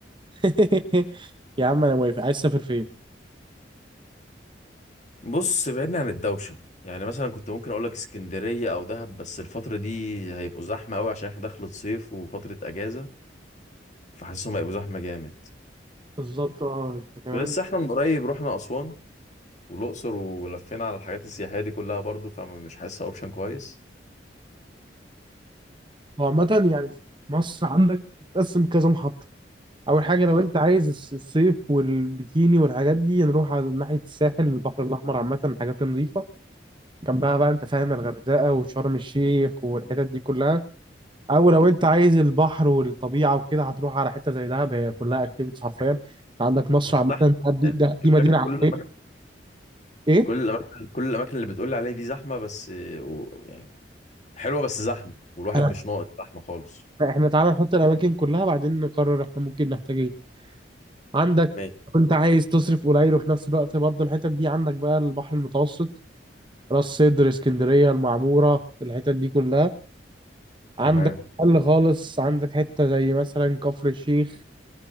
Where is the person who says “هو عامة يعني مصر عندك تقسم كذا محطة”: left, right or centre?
Right